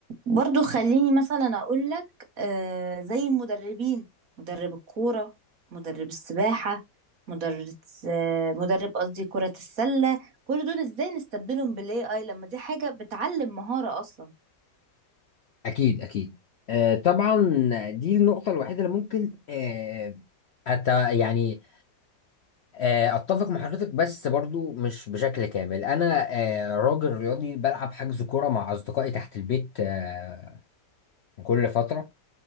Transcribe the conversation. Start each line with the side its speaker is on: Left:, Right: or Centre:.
Right: برضو خليني مثلا اقول لك آه زي المدربين مدرب الكورة مدرب السباحة مدرب آه مدرب قصدي كرة السلة كل دول ازاي نستبدلهم بالاي اي لما دي حاجة بتعلم مهارة اصلا
Left: اكيد اكيد آه طبعا دي النقطه الوحيده اللي ممكن آه أت يعني آه اتفق مع حضرتك بس برضو مش بشكل كامل انا آه راجل رياضي بلعب حجز كوره مع اصدقائي تحت البيت آه كل فتره